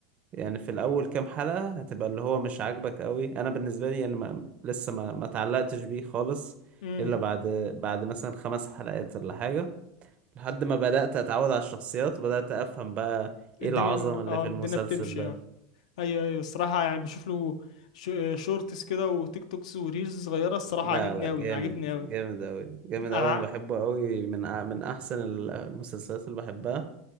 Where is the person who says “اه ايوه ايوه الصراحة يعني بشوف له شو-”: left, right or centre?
Left